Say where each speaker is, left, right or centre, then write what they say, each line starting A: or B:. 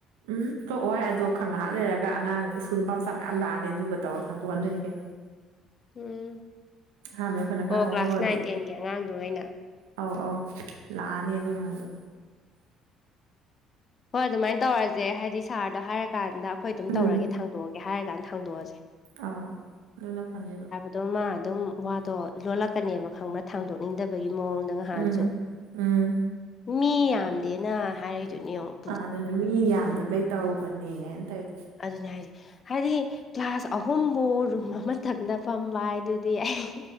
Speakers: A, on the right; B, on the left.
A: ꯎꯝ ꯊꯣꯛꯑꯣꯍꯣꯏ ꯑꯗꯣ ꯈꯪ ꯉꯥꯏꯍꯥꯛ ꯂꯩꯔꯒ ꯑꯉꯥꯡ ꯁ꯭ꯀꯨꯜ ꯅꯨꯄꯥ ꯃꯆꯥ ꯃꯌꯥꯝ ꯂꯥꯛꯑꯅꯤ ꯑꯗꯨꯒ ꯇꯧꯔꯒ ꯊꯥꯡꯗꯣꯛꯍꯟꯗꯣꯏꯅꯤ ꯀꯩꯅꯣ <inaudible>
B: ꯎꯝ
A: ꯑꯍꯥꯟꯕꯗ ꯑꯩꯈꯣꯏꯅ ꯈꯔ
B: ꯑꯣ
A: ꯍꯧꯍꯧꯔꯗꯤ
B: ꯀ꯭ꯂꯥꯁ ꯅꯥꯏꯟ ꯇꯦꯟꯒꯤ ꯑꯉꯥꯡꯗꯣ ꯑꯩꯅ
A: ꯑꯧ ꯑꯧ ꯂꯥꯛꯑꯅꯤ ꯑꯗꯨ ꯃꯌꯥꯝꯗꯣ
B: ꯍꯣꯏ ꯑꯗꯨꯃꯥꯏꯅ ꯇꯧꯔꯁꯦ ꯍꯥꯏꯗꯤ ꯁꯥꯔꯗꯥ ꯍꯥꯏꯔꯀꯥꯟꯗ ꯑꯩꯈꯣꯏ ꯑꯗꯨꯝ
A: ꯎꯝ
B: ꯇꯧꯔꯒꯦ ꯊꯥꯡꯗꯣꯛꯑꯒꯦ ꯍꯥꯏꯔ ꯀꯥꯟꯗ ꯊꯥꯡꯗꯣꯛꯑꯁꯦ
A: ꯑꯥꯎ ꯑꯗꯨꯅ ꯐꯅꯤꯕ
B: ꯑꯗꯣ ꯃꯥ ꯑꯗꯨꯝ ꯋꯥꯗꯣ ꯂꯣꯜꯂꯛꯀꯅꯦꯕ ꯈꯪꯕ꯭ꯔ ꯊꯥꯡꯗꯣꯛꯅꯤꯡꯗꯕꯒꯤ ꯃꯑꯣꯡ ꯅꯪꯍꯥꯟꯁꯨ
A: ꯎꯝ ꯎꯝ
B: ꯃꯤ ꯌꯥꯝꯗꯦꯅ ꯍꯥꯏꯔꯛꯏꯗꯨꯅꯤ ꯌꯦꯡꯉꯣ
A: ꯑꯥ ꯑꯗꯨꯅꯦ ꯃꯤ ꯌꯥꯝꯗꯕꯩ ꯇꯧꯕꯅꯦꯅ ꯇꯧꯋꯤꯗꯣ
B: ꯑꯗꯨꯅꯦ ꯍꯥꯏꯖꯦ ꯍꯥꯏꯗꯤ ꯀ꯭ꯂꯥꯁ ꯑꯍꯨꯝꯕꯨ ꯔꯨꯝ ꯑꯃꯇꯪꯗ ꯐꯝꯕ ꯍꯥꯏ ꯑꯗꯨꯗꯤ ꯑꯩ